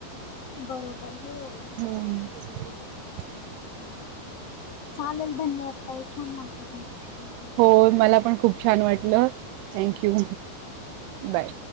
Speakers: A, on the left; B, on the right.
A: बरोबर, हो.
B: <unintelligible>
A: चालेल धन्यवाद ताई छान वाटलं तुमच्याशी ब
B: हो मला पण खूप छान वाटलं थँक्यू बाय